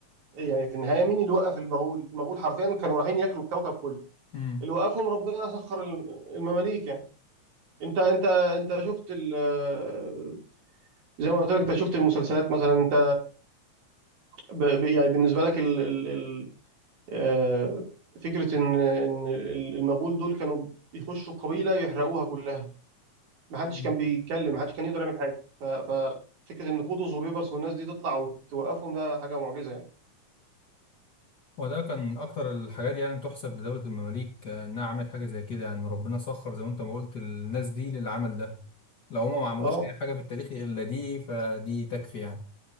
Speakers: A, on the right; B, on the left.
A: يعني في النهايه مين اللي وقف المغول؟ المغول حرفيا كانوا رايحين ياكلوا الكوكب كله،
B: امم
A: اللي وقفهم ربنا سخر ال- المماليك يعني. انت انت انت شفت ال- زي ما قلت لك انت شفت المسلسلات مثلا انت ب- ب- يعني بالنسبه لك ال ال ال آه، فكره ان ان ال- المغول دول كانوا بيخشوا قبيله يحرقوها كلها، ما حدش
B: امم
A: كان بيتكلم، ما حدش كان يقدر يعمل حاجه. ف ف- فكره ان قطز وبيبرس والناس دي تطلع وتوقفهم ده حاجه معجزه يعني.
B: وده كان أكتر الحاجات يعني تحسب لدولة المماليك آه، إنها عملت حاجة زي كده يعني ربنا سخر زي ما أنت ما قلت الناس دي للعمل ده لو هما ما عملوش
A: اه
B: أي حاجة في التاريخ إلا دي فدي تكفي يعني